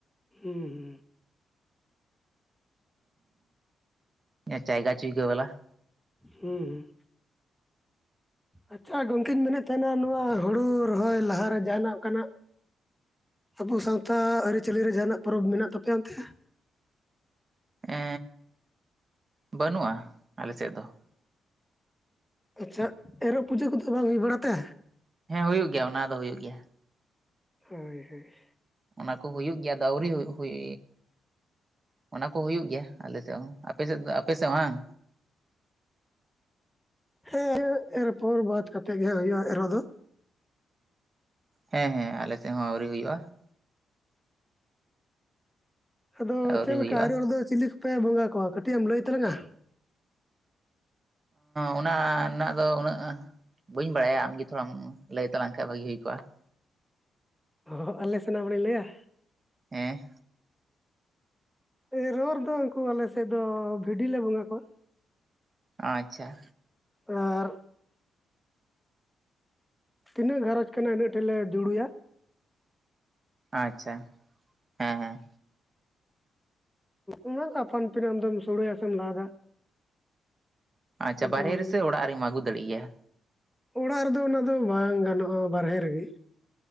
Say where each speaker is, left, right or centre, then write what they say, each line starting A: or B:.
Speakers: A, in the centre; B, on the right.
A: ᱦᱩᱸ
B: ᱦᱮᱸ ᱡᱟᱭᱜᱟ ᱪᱩᱭᱜᱟᱹ ᱵᱟᱞᱟ ᱾
A: ᱦᱩᱸ ᱟᱪᱪᱷᱟ ᱜᱚᱝᱠᱮᱧ ᱢᱮᱱᱮᱫ ᱛᱟᱦᱮᱱᱟ ᱱᱚᱣᱟ ᱦᱩᱲᱩ ᱨᱚᱦᱚᱭ ᱞᱟᱦᱟᱨᱮ ᱡᱟᱦᱟᱱᱟᱜ ᱚᱱᱠᱟᱱᱟᱜ ᱟᱵᱚ ᱥᱟᱶᱛᱟ ᱟᱹᱨᱤᱪᱟᱹᱞᱤ ᱨᱮ ᱡᱟᱦᱟᱱᱟᱜ ᱯᱚᱨᱚᱵᱽ ᱢᱮᱱᱟᱜ ᱛᱟᱯᱮᱭᱟ ᱚᱱᱛᱮ?
B: ᱮᱻ ᱵᱟᱹᱱᱩᱜᱼᱟ ᱟᱞᱮᱥᱮᱫ ᱫᱚ ᱾
A: ᱟᱪᱪᱷᱟ ᱮᱨᱚᱜ ᱯᱩᱡᱟᱹ ᱠᱚᱫᱚ ᱵᱟᱝ ᱦᱩᱭ ᱵᱟᱲᱟ ᱛᱮ?
B: ᱦᱮᱸ ᱦᱩᱭᱩᱜ ᱜᱮᱭᱟ ᱚᱱᱟ ᱫᱚ ᱦᱩᱭᱩᱜ ᱜᱮᱭᱟ ᱾
A: ᱦᱳᱭ ᱦᱳᱭ ᱾
B: ᱚᱱᱟ ᱠᱚ ᱦᱩᱭᱩᱜ ᱜᱮᱭᱟ ᱫᱚ ᱟᱹᱣᱨᱤ ᱦᱩᱭᱩᱜ ᱦᱩᱭ ᱚᱱᱟ ᱠᱚ ᱦᱩᱭᱩᱜ ᱜᱮᱭᱟ ᱟᱞᱮᱥᱮᱫ ᱦᱚᱸ, ᱟᱯᱮᱥᱮᱫ ᱫᱚ ᱟᱯᱮᱥᱮᱫ ᱦᱚᱸ ᱦᱟᱝ?
A: ᱦᱮᱸ ᱮᱨᱯᱚᱨ ᱵᱟᱫ ᱠᱟᱛᱮᱜ ᱜᱮ ᱦᱩᱭᱩᱜᱼᱟ ᱮᱨᱚᱜ ᱫᱚ ᱾
B: ᱦᱮᱸ ᱦᱮᱸ ᱟᱞᱮᱥᱮᱫ ᱦᱚᱸ ᱟᱹᱣᱨᱤ ᱦᱩᱭᱩᱜᱼᱟ ᱾
A: ᱟᱫᱚ
B: ᱟᱹᱣᱨᱤ
A: ᱪᱮᱫ ᱞᱮᱠᱟ
B: ᱦᱩᱭᱩᱜᱼᱟ
A: ᱮᱨᱚᱜ ᱨᱮᱫᱚ ᱪᱤᱞᱤ ᱠᱚᱯᱮ ᱵᱚᱸᱜᱟ ᱠᱚᱣᱟ ᱠᱟᱹᱴᱤᱡ ᱮᱢ ᱞᱟᱹᱭ ᱛᱞᱟᱝᱟ?
B: ᱚᱱᱟ ᱨᱮᱱᱟᱜ ᱫᱚ ᱩᱱᱟᱹᱜ ᱵᱟᱹᱧ ᱵᱟᱲᱟᱭᱟ ᱟᱢᱜᱮ ᱛᱷᱚᱲᱟᱢ ᱞᱟᱹᱭ ᱛᱟᱞᱟᱝ ᱠᱷᱟᱱ ᱵᱷᱟᱹᱜᱤ ᱦᱩᱭ ᱠᱚᱜᱼᱟ ᱾
A: ᱦᱚᱸ ᱟᱞᱮ ᱥᱮᱱᱟᱜ ᱦᱚᱲᱮ ᱞᱟᱹᱭᱟ ᱾
B: ᱦᱮᱸ
A: ᱮᱨᱚᱜ ᱨᱮ ᱫᱚ ᱩᱱᱠᱩ ᱟᱞᱮ ᱥᱮᱫ ᱫᱚ ᱵᱷᱤᱰᱤ ᱞᱮ ᱵᱚᱸᱜᱟ ᱠᱚᱣᱟ ᱾
B: ᱟᱪᱪᱷᱟ ᱾
A: ᱟᱨ ᱛᱤᱱᱟᱹᱜ ᱜᱷᱟᱨᱚᱡᱽ ᱠᱟᱱᱟ ᱤᱱᱟᱹᱜ ᱴᱷᱮᱱ ᱞᱮ ᱡᱩᱲᱩᱭᱟ᱾
B: ᱟᱪᱪᱷᱟ ᱦᱮᱸ ᱦᱮᱸ
A: ᱚᱱᱟ ᱫᱚ ᱟᱯᱟᱱ ᱟᱹᱯᱤᱱ ᱟᱢᱫᱚᱢ ᱥᱚᱲᱮᱭᱟ ᱥᱮᱢ ᱞᱟᱫᱟ
B: ᱟᱪᱪᱷᱟ
A: ᱟᱫᱚ
B: ᱵᱟᱨᱦᱮ ᱨᱮ ᱥᱮ ᱚᱲᱟᱜ ᱨᱮᱢ ᱟᱹᱜᱩ ᱫᱟᱲᱮᱜ ᱜᱮᱭᱟ
A: ᱚᱲᱟᱜ ᱨᱮᱫᱚ ᱚᱱᱟ ᱫᱚ ᱵᱟᱝ ᱜᱟᱱᱚᱜ-ᱟ ᱵᱟᱨᱦᱮ ᱨᱮᱜᱮ